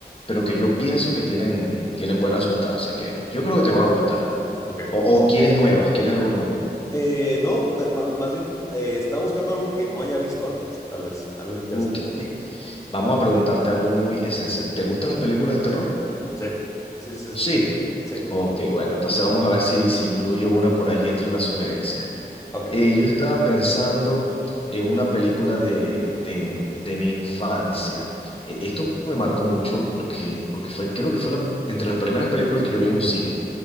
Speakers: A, on the left (about 35°); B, on the left (about 20°).
A: pero que yo pienso que tienen, tienen buena sustancia, que yo creo que te van a gustar.
B: ok.
A: O, o quieres nuevas, quieres algo nuevo.
B: Eh, no, ma- ma- más bien eh, estaba buscando algo que no haya visto antes, tal vez, algo interesante.
A: Ok, ve, Vamos a preguntarte algo muy esencial. ¿Te gustan las películas de terror?
B: Sí, sí, sí, sí,
A: Sí.
B: sí.
A: Ok, bueno, entonces vamos a ver si, si incluyo una por allí entre las sugerencias.
B: Ok.
A: Eh, yo estaba pensando en una película de, de- de mi infancia. Eh, esto me marcó mucho porque, porque fue, creo que fue la- entre las primeras películas que yo vi en un cine.